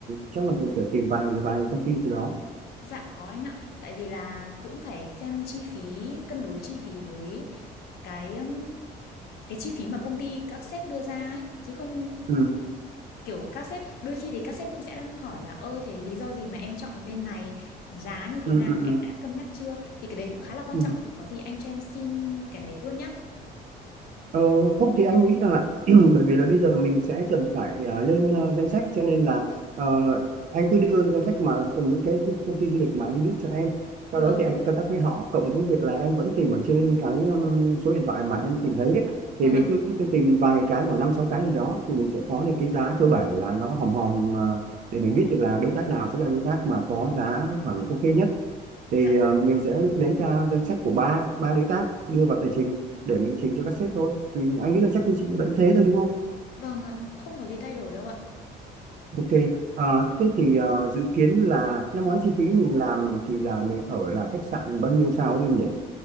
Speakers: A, on the right; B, on the left.
A: chắc là mình phải tìm vài vài công ty gì đó.
B: Dạ có anh ạ, tại vì là cũng phải xem chi phí cân đối chi phí với cái um, cái chi phí mà công ty các sếp đưa ra ấy chứ không
A: Ừ,
B: kiểu các sếp đôi khi thì các sếp cũng sẽ đang hỏi là ơ thế lý do gì mà em chọn bên này giá như
A: ừ,
B: thế nào
A: ừ,
B: em
A: ừ.
B: đã cân nhắc chưa thì cái đấy cũng khá là quan
A: ừ.
B: trọng thì có gì anh cho em xin cái đấy luôn nhé
A: Ờ, không thì anh nghĩ rằng là <clears throat> bởi vì là bây giờ mình sẽ cần phải à, lên ờ, danh sách cho nên là ờ, anh cứ đưa danh sách mà từ những cái công ty du lịch mà anh biết cho em sau
B: vâng
A: đó thì em cứ contact với họ cộng với việc là em vẫn tìm ở trên cái ừm, số điện thoại mà em tìm thấy ấy,
B: vâng
A: thì mình
B: ạ
A: cứ, cứ tìm vài cái khoảng năm sáu cái gì đó thì mình sẽ có được cái giá cơ bản là nó hòm hòm ờ, để mình biết được là đối tác nào sẽ là đối tác mà có giá khoảng ok nhất thì
B: dạ
A: ờ, mình sẽ lấy ra danh sách của ba ba đối tác đưa vào tờ trình để mình trình cho các sếp thôi thì anh nghĩ là chắc quy trình vẫn thế thôi đúng không
B: vâng ạ không có gì thay đổi đâu ạ
A: ok ờ, thế thì ờ, dự kiến là năm ngoái chi phí mình làm thì là mình ở là khách sạn bao nhiêu sao ấy em nhỉ